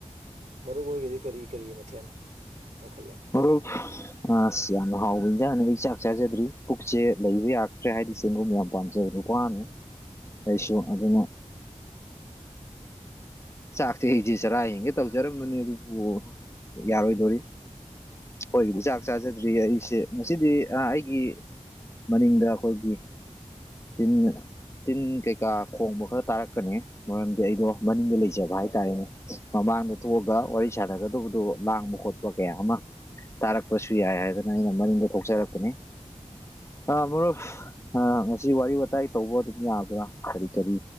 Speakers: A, on the right (about 80°); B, on the left (about 25°).
A: ꯃꯔꯨ ꯑꯣꯏꯒꯗꯤ ꯀꯔꯤ ꯀꯔꯤ ꯃꯊꯦꯜ ꯂꯧꯈꯠꯂꯦ
B: ꯍꯔ ꯑ ꯁꯌꯥꯅ ꯍꯥꯎꯖ <inaudible> ꯆꯥꯛ ꯆꯥꯖꯗ꯭ꯔꯤ ꯄꯨꯛꯁꯦ ꯂꯩꯕ ꯌꯥꯛꯇ꯭ꯔꯦ ꯍꯥꯏꯗꯤ ꯆꯦꯡꯒꯨꯝ ꯌꯥꯝ ꯄꯥꯝꯖꯕ ꯅꯨꯄꯥꯝꯅꯤ ꯀꯩꯁꯣ ꯑꯗꯨꯅ ꯆꯥꯛꯁꯦ ꯑꯩꯁꯤ ꯆꯔꯥ ꯌꯦꯡꯒꯦ ꯇꯧꯖꯔꯝꯕꯅꯤ ꯑꯗꯨꯕꯨ ꯌꯥꯔꯣꯏꯗꯣꯔꯤ ꯑꯩꯣꯏꯒꯤꯗꯤ ꯆꯥꯛ ꯆꯥꯖꯗ꯭ꯔꯤ ꯑꯩꯁꯦ ꯉꯁꯤꯗꯤ ꯑꯩꯒꯤ ꯃꯅꯤꯡꯗ ꯑꯩꯈꯣꯏꯒꯤ ꯇꯤꯟ ꯇꯤꯟ ꯀꯩꯀꯥ ꯈꯣꯡꯕ ꯈꯔ ꯇꯥꯔꯛꯀꯅꯤ ꯃꯔꯝꯗꯤ ꯑꯩꯗꯣ ꯃꯅꯤꯡꯗ ꯂꯩꯖ ꯂꯩꯖꯕ ꯍꯥꯏꯇꯥꯔꯅꯦ ꯃꯃꯥꯡꯗ ꯊꯣꯛꯑꯒ ꯋꯥꯔꯤ ꯁꯥꯟꯅꯒꯗꯕꯗꯨꯣ ꯂꯥꯡꯕ ꯈꯣꯠꯄ ꯀꯌꯥ ꯑꯃ ꯇꯥꯔꯛꯄꯁꯨ ꯌꯥꯏ ꯍꯥꯏꯗꯅ ꯑꯩꯅ ꯃꯅꯤꯡꯗ ꯊꯣꯛꯆꯔꯛꯄꯅꯦ ꯑ ꯃꯔꯨꯞ ꯑ ꯉꯁꯤ ꯋꯥꯔꯤ ꯋꯥꯇꯥꯏ ꯇꯧꯕ ꯑꯗꯨꯝ ꯌꯥꯕ꯭ꯔꯥ ꯀꯔꯤ ꯀꯔꯤ